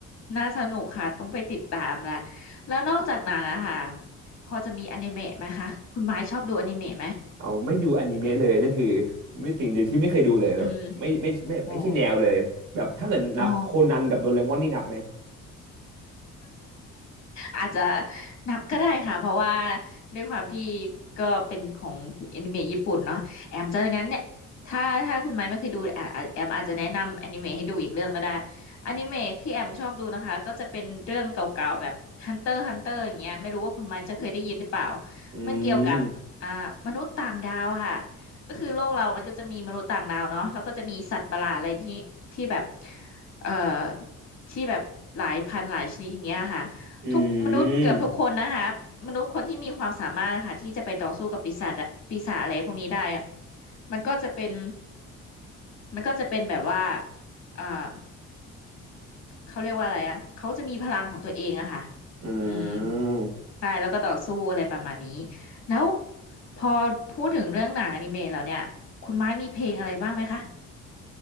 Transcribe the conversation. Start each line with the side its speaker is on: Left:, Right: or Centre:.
Left: น่าสนุกค่ะต้องไปติดตามละแล้วนอกจากหนังอะค่ะพอจะมีอนิเมะไหมคะคุณไม้ชอบดูอนิเมะไหม
Right: เอาไม่ดูอนิเมะเลยนี่คือไม่สิ่งเดียวที่ไม่เคยดูเลยแบบไม่ไม่ไม่ไม่ใช่แนวเลยแบบถ้าเกิดนับโคนันกับโดเรมอนนี่นับไหม
Left: อืมอ๋ออ๋อ อาจจะนับก็ได้ค่ะเพราะว่าด้วยความที่ก็เป็นของแอนิเมะญี่ปุ่นเนาะแอมจะงั้นเนี่ยถ้าถ้าคุณไม้ไม่เคยดูอ่ะอ่ะแอมอาจจะแนะนำแอนิเมะให้ดูอีกเรื่องก็ได้แอนิเมะที่แอมชอบดูนะคะก็จะเป็นเรื่องเก่าๆแบบ Hunter x Hunter อย่างเงี้ยไม่รู้ว่าคุณไม้จะเคยได้ยินหรือเปล่า
Right: <laughs> อื
Left: มันเกี่ยวกับอ่ามนุษย์ต่างดาวค่ะ
Right: ม
Left: ก็คือโลกเรามันก็จะมีมนุษย์ต่างดาวเนาะแล้วก็จะมีสัตว์ประหลาดอะไรที่ที่แบบเอ่อที่แบบหลายพันหลายชนิดอย่างเงี้ยค่ะ
Right: อื
Left: ทุกมนุษย์เกือบทุกคนนะคะมนุษย์คนที่มีความสามารถค่ะที่จะไปต่อสู้กับปีศาจอะปีศาจอะไรพวกนี้ได้อะ
Right: ม
Left: มันก็จะเป็นมันก็จะเป็นแบบว่าเอ่อเขาเรียกว่าอะไรอะเขาจะมีพลังของตัวเองอะค่ะ
Right: อืม
Left: อืมใช่แล้วก็ต่อสู้อะไรประมาณนี้แล้วพอพูดถึงเรื่องหนังอนิเมะแล้วเนี่ยคุณไม้มีเพลงอะไรบ้างไหมคะ